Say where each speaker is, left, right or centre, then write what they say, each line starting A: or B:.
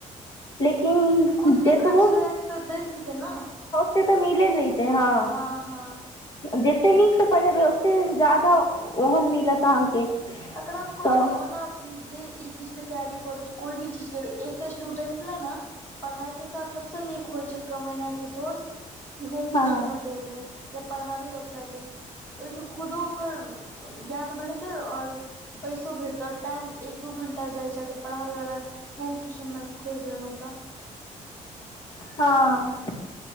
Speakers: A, on the left (about 30°); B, on the left (about 15°).
A: लेकिन
B: खुद के
A: जतबो
B: खर्च लायक तऽ दैत हेतै ने
A: से तऽ मिल जतै हँ
B: हँ हँ
A: जतेक नीकसँ पढ़ेबै ओतेक ज्यादा ओहन मिलत अहाँके
B: एकरा हम कहलिय
A: तऽ
B: ओना जे ई चीज के तैयारी करै छी कोई भी चीजके एकटा स्टूडेंट ले ने पढ़ाइके साथ सभसँ नीक होइ छै कमाइ मनााके सोर्स कि होम
A: हँ
B: ट्यूशन पकड़ि ले या पढ़ाबी बच्चाके ओहिसँ खुदो ओकर ज्ञान बढ़तै आओर पैसो भेटत टाइम एक दू घंटा जाइ छै अगर पढ़ाबे वाला होम ट्यूशन में खोजि लेलहुं तऽ
A: हँ